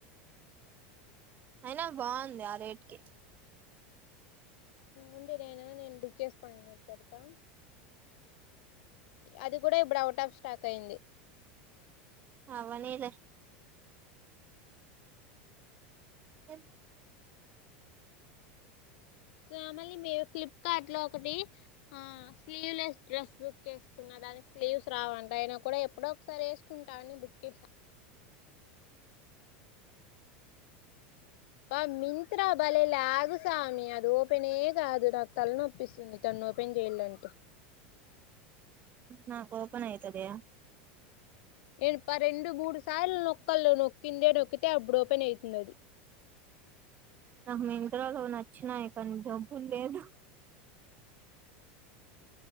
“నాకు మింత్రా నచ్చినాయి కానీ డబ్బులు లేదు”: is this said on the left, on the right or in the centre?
Right